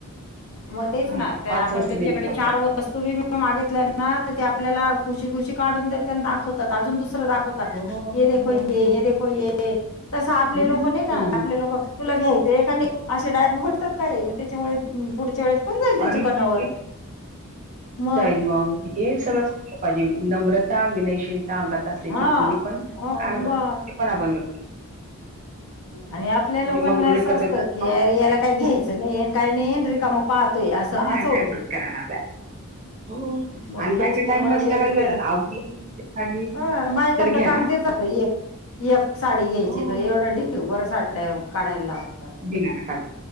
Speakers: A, on the left; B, on the right.
A: म तेच
B: हा
A: ना त
B: पाच
A: आपण
B: वस्तू
A: त्यांच्याकडे
B: देतील आपल्याला
A: चार वस्तू वस्तू बी मी मागितल्या ना त ते आपल्याला खुशी खुशी काढून देता न दाखवतात अजून दुसरं दाख- तात,
B: हो
A: हे देखो ये देखो ये तसं आपले
B: हम्म
A: तस लोक नई ना आपले लोकं- तुला घ्यायचंए का नी असे डायरेक्ट बोलतात. कारे म त्याच्यामुळे अं पुढच्या वेळेस कोण जाईल च्या
B: आणि
A: दुकानावर
B: किती
A: मग
B: जाईल म हे सगळं शीकलं पायजे नम्रता विनयशील- अंगात असले
A: हा
B: की कुणी पण
A: हो
B: काय म्हणता
A: मग
B: <unintelligible> आपण व्यवस्थित.
A: अणि आपल्या लोकांना
B: जे मगरुरी
A: असं
B: करतो
A: असतं
B: त्या
A: की अरे याला काई घ्यायचं नई येन काई नई येन रिकामं- पाहतोय असं
B: नाही
A: असं होते
B: टाइमपास करायला आलाय हो
A: <unintelligible> मग
B: आणि
A: त्याच्यामुळे
B: बायका टाइमपास
A: ते
B: करायला
A: काय
B: देतात आवडली काढली
A: अ बायकांच
B: तर घेणार
A: काम तेच- ए एक साडी घ्यायची
B: हो.
A: त एवढं ढिगभर साड्या काढायला लावतात
B: <unintelligible>